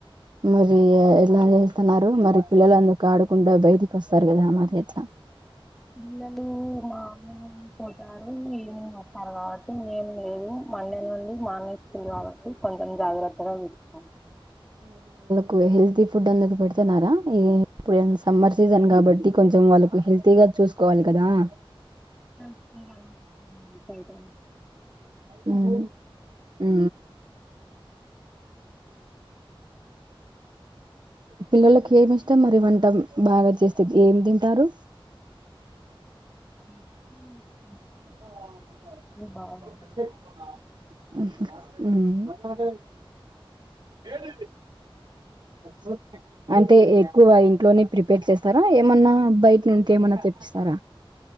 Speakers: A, on the right; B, in the centre.
A: మరీ ఎలా జేస్తన్నారు మరి పిల్లలందు కాడకుండా బయటికి కొస్తారు కదా మరి ఎట్ల
B: పిల్లలు మార్నింగ్ పోతారు ఈవినింగ్ వస్ ఆ మేము లేము మండే నుండి మా అనైకి తెల్వబట్టి కొంచెం జాగ్రత్తగా చూసుకోవ్
A: పూ హెల్తీ ఫుడ్ అందుకు పెడుతున్నారా? ఈ ఇప్పుడు సమ్మర్ సీజన్ కాబట్టి కొంచెం వాళ్ళకు హెల్తీగా చూసుకోవాలి కదా. !
B: చెప్కుంటణం మ్మ్ ఇన్కైటం
A: మ్మ్ ఉ
B: ఉ
A: పిల్లలకి ఏమి ఇష్టం మరి వంటాం బాగా చేస్తేది. ఏం తింటారు?
B: ఊ
A: ఉహ్
B: బాగుంటాయి
A: హు మ్మ్ <unintelligible> అంటే ఏ ఎక్కువ ఇంట్లోనే ప్రిపేర్ చేస్తారా? ఏమన్నా బయట్నుంచి ఏమన్నా తెప్పిస్తారా?